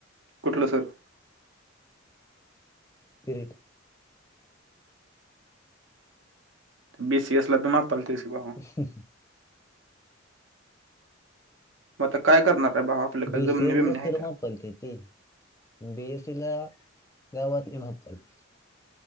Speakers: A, on the right (about 70°); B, on the left (about 15°).
A: कुठलं सर?
B: इरीट.
A: बीसीएस ला त मापलतेस बा.
B: ह
A: मत आता काय करणार रे भावा? आपल्या काय
B: जसेेजला
A: जमनी बिमणी आहे
B: सर्मा पलती ती. <unintelligible> बीएसीला गावातलि <unintelligible>